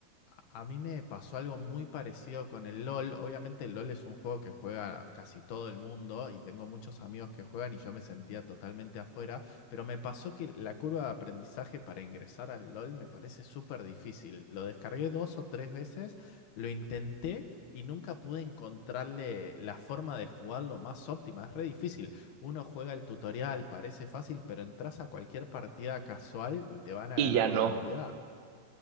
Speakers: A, on the left (about 75°); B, on the right (about 65°).
A: A a mí me pasó algo muy parecido con el LOL. Obviamente el LOL es un juego que juega casi todo el mundo y tengo muchos amigos que juegan y yo me sentía totalmente afuera, pero me pasó que la curva de aprendizaje para ingresar al LOL me parece súper difícil. Lo descargué dos o tres veces, lo intenté y nunca pude encontrarle la forma de jugarlo más óptima. Es re difícil. Uno juega el tutorial, parece fácil, pero entras a cualquier partida casual y te van a
B: Y
A: ganar
B: ya no.
A: por la habilidad.